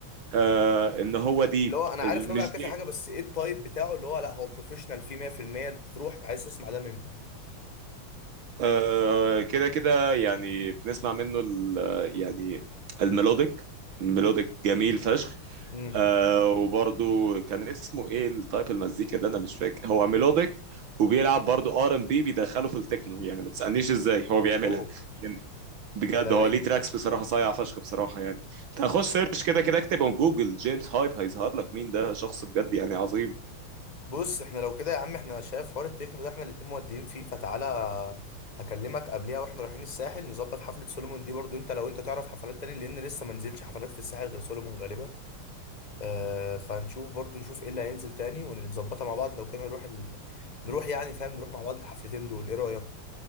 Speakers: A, on the right; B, on the left.
A: آه، ان هو ديب
B: اللي هو انا عارف
A: مش
B: ان هو بيلعب كذا حاجه بس ايه التايب بتاعه اللي هو لا هو بروفيشنال فيه 100% انت تروح عايز تسمع ده منه
A: آه، كده كده يعني بنسمع منه ال يعني الميلوديك ميلوديك جميل فشخ
B: امم
A: آه وبرضو كان اسمه ايه التايب المزيكا ده انا مش فاكر هو ميلوديك وبيلعب برضو ار ام بي بيدخله في التكنو يعني ما تسألنيش ازاي هو بيعملها
B: اوه
A: يعني بجد
B: ده رايق
A: هو ليه تراكس
B: ده
A: بصراحة صايع فشخ بصراحة يعني انت هخش سيرش كده كده اكتبه جوجل جيمس هايب هيظهر لك مين ده شخص بجد يعني عظيم
B: بص احنا لو كده يا عم احنا شايف حوار التكنو ده احنا الاتنين مودين فيه فتعالى هكلمك قبليها واحنا رايحين الساحل نظبط حفلة سولومون دي برضو انت لو انت تعرف حفلات تاني لان لسه ما نزلش حفلات في الساحل غير سولومون غالبا آه فنشوف برضو نشوف ايه اللي هينزل تاني ونظبطها مع بعض لو كده نروح ال... نروح يعني فاهم نروح مع بعض الحفلتين دول ايه رأيك